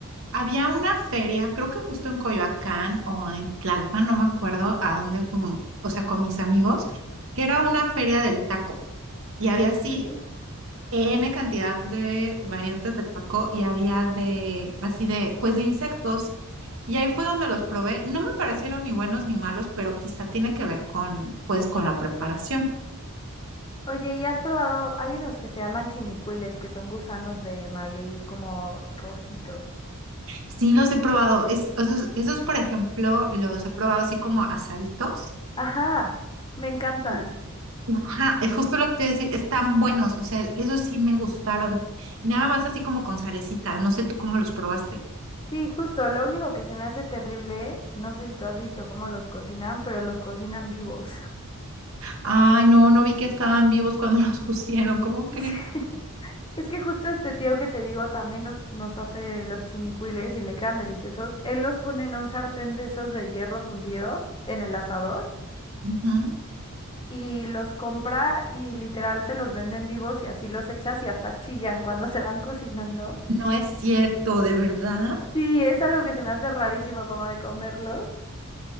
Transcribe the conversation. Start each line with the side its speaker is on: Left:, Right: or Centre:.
Right: Había una feria, creo que justo en Coyoacán o en Tlalpan, no me acuerdo a dónde fuimos, o sea, con mis amigos, que era una feria del taco y había así
Left: Ok.
Right: N cantidad de variantes de taco y había de, así de, pues de insectos. Y ahí fue donde los probé. No me parecieron ni buenos ni malos, pero quizá tiene que ver con, pues, con la preparación.
Left: Oye, ¿y has probado? Hay unos que se llaman chinicuiles, que son gusanos de maguey como rojitos.
Right: Sí los he probado. Es, esos, esos, por ejemplo, los he probado así como asaditos.
Left: Ajá, me encantan.
Right: Y- Ajá, es justo lo que te iba a decir, están buenos, o sea, esos sí me gustaron. Nada más así como con salecita, no sé tú cómo los probaste.
Left: Sí, justo, lo único que se me hace terrible, no sé si tú has visto cómo los cocinan, pero los cocinan vivos.
Right: Ay, no, no vi que estaban vivos cuando <laughs> los pusieron, ¿cómo
Left: <laughs>
Right: crees?
Left: Sí. Es que justo este tío que te digo también nos, nos hace los chinicuiles y le quedan deliciosos. Él los pone en un sartén de esos de hierro fundido en el asador
Right: Ujú.
Left: y los compra y literal te los venden vivos y así los echas y hasta chillan cuando <laughs> se van cocinando.
Right: No es cierto, de verdad.
Left: Sí, es algo que se me hace rarísimo como de comerlos.